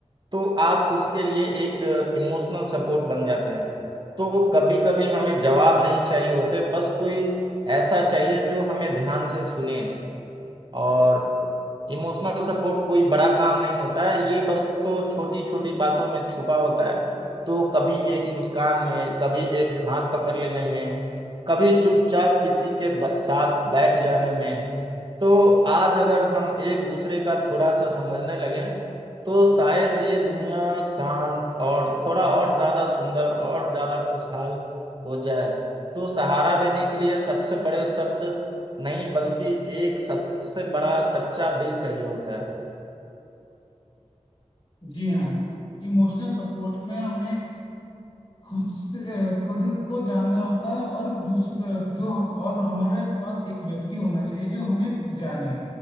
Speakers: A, on the right (about 40°); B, on the left (about 45°).
A: तो आप उनके लिए एक इमोशनल सपोर्ट बन जाते हैं तो कभी कभी हमें जवाब नहीं चाहिए होते बस कोई ऐसा चाहिए जो हमें ध्यान से सुने और इमोशनल सपोर्ट कोई बड़ा काम नहीं होता है ये बस तो छोटी छोटी बातों में छुपा होता है तो कभी एक मुस्कान में कभी एक हाथ पकड़ लेने में कभी चुपचाप किसी के ब- साथ बैठ जाने में तो आज अगर हम एक दूसरे का थोड़ा सा समझने लगें तो शायद ये दुनिया शांत और थोड़ा और ज्यादा सुंदर और ज्यादा खुशहाल हो जाए तो सहारा देने के लिए सबसे बड़े शब्द नहीं बल्कि एक सबसे बड़ा सच्चा दिल चाहिए होता है
B: जी हाँ इमोशनल सपोर्ट में हमें खुद से अ, खुद को जानना होता है और दूसरा जो हम- और हमारे पास एक व्यक्ति होना चाहिए जो हमें जाने